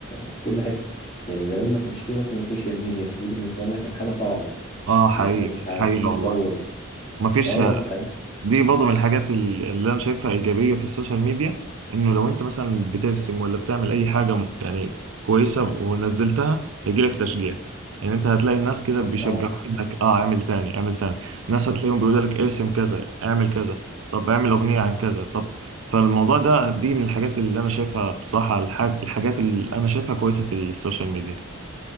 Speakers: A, on the left; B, on the right.
A: في كل حتة يعني زمان ما كانش فيه مثلا سوشيال ميديا فدي بالنسبة لنا كانت حاجة صعبة
B: اه حقيقي
A: إن إحنا مش عارفين
B: حقيقة والله
A: نطور
B: مفيش
A: آه آه، دي حقيقة
B: دي برضه من الحاجات ال- اللي انا شايفها ايجابيه في السوشيال ميديا انه لو انت مثلا بترسم ولا بتعمل اي حاجه م- يعني كويسه ونزلتها هيجيلك تشجيع يعني انت هتلاقي الناس كده بيشجعوك
A: آه
B: انك اه اعمل تاني اعمل تاني الناس هتلاقيهم بيقولوا لك ارسم كذا اعمل كذا طب اعمل اغنيه عن كذا طب فالموضوع ده دي من الحاجات اللي انا شايفها بصراحه الحاج الحاجات اللي انا شايفها كويسه في السوشيال ميديا